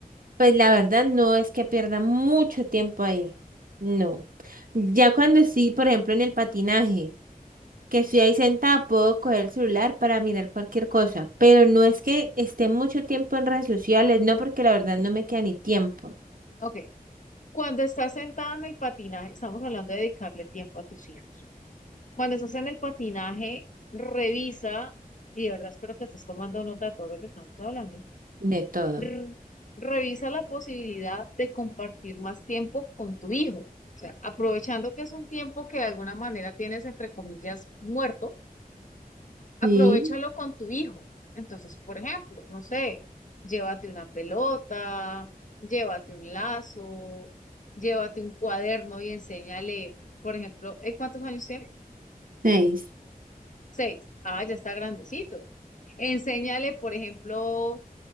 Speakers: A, on the right; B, on the left.
A: Pues la verdad no es que pierda mucho tiempo ahí. No. Ya cuando sí, por ejemplo, en el patinaje. que estoy ahí sentada, puedo coger el celular para mirar cualquier cosa, pero no es que esté mucho tiempo en redes sociales, no, porque la verdad no me queda ni tiempo
B: Ok. Cuando estás sentada en el patinaje, estamos hablando de dedicarle tiempo a tus hijos. Cuando estás en el patinaje, revisa, y de verdad espero que estés tomando nota de todo lo que estamos hablando
A: de todo.
B: r- revisa la posibilidad de compartir más tiempo con tu hijo. O sea, aprovechando que es un tiempo que de alguna manera tienes, entre comillas, muerto, aprovéchalo
A: Sí,
B: con tu hijo. Entonces, por ejemplo, no sé, llévate una pelota, llévate un lazo, llévate un cuaderno y enséñale, por ejemplo, ¿él cuántos años tiene?
A: seis.
B: Seis. Ah, ya está grandecito. Enséñale, por ejemplo,